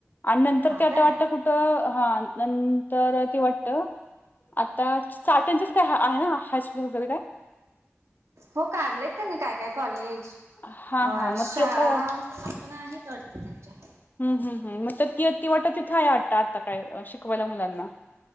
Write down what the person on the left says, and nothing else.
आणि नंतर
ते आट
वाटत कुठे. हा नंतर ते वाटत. आता चाट्यांचाच काय ह आहे ना हा स्कू वगैरे काय.
हां,
हां, मग ती आता
हम् हम् हम मग तर ति ती वाटत तिथं आहे वाट आता काय शिकवायला मुलांना.